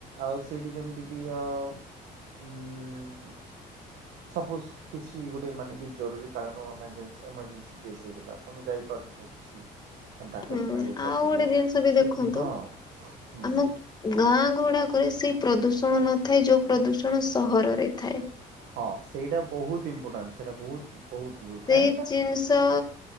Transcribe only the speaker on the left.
ହୁଁ
ଆଉ
ଗୋଟେ ଜିନିଷ ବି
ଦେଖନ୍ତୁ
ଆମ
ଗାଁ ଗୁଡାକରେ ସେଇ ପ୍ରଦୂଷଣ ନଥାଏ ଯୋଉ ପ୍ରଦୂଷଣ ସହରରେ ଥାଏ।
ସେଇ
ଜିନିଷ